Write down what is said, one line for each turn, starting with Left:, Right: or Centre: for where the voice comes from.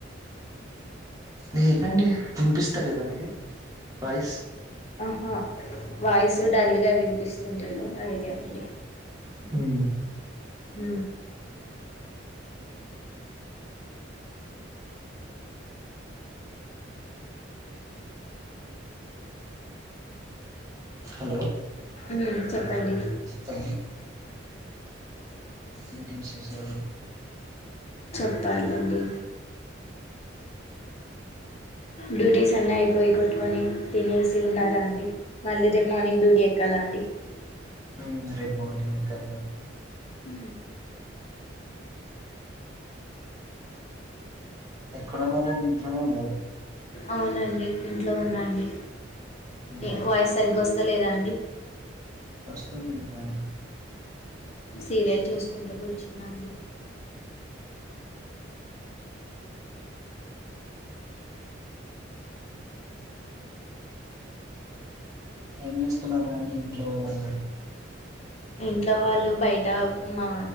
Right: లేదంటే అనిపిస్తా లేదా మీ వాయిస్
Left: ఆహా వాయిసు డల్ గా వినిపిస్తుంటేను అడిగా అండి
Right: మ్
Left: హ
Right: హలో
Left: మ్ చెప్పండి
Right: చిట్టి తల్లి ఏంటి విశేషలు
Left: చెప్పాలండి డ్యూటీస్ అన్ని అయిపోయి కొట్టుకొని తినేసి ఉన్నారా అండి మళ్ళీ రేపు మార్నింగ్ డ్యూటీ ఎక్కాలా అండి అ
Right: ఉ రేపు మార్నింగ్ ఎక్కలి మల్లి
Left: ఉ
Right: ఎక్కడున్నారండి ఇంట్లోనే ఉన్నారు
Left: అవునండి ఇంట్లో ఉన్నా అండి
Right: మ్మ్
Left: ఏ వాయిస్ సరిగ్గా వస్తా లేదా అండి
Right: వస్తుంది అండి బానే
Left: సీరియల్ చూసుకుంటు కూర్చుఉన్నా అండి
Right: ఏం చేస్తున్నారా అండి ఇంట్లో వాళ్ళుందరూ
Left: ఇంట్లో వాళ్ళు బయట మా